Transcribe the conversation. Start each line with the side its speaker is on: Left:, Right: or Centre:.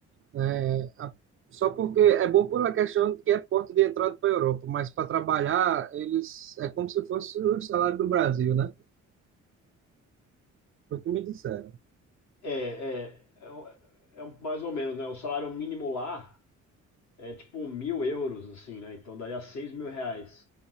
Right: né, a- só porque é bom pela questão de que é porta de entrada para a Europa, mas para trabalhar, eles é como se fosse o salário do Brasil, né? Foi o que me disseram.
Left: É, é, é, o- é um- mais ou menos, né? O salário mínimo lá é tipo um mil euros, assim, né? Então daria seis mil reais.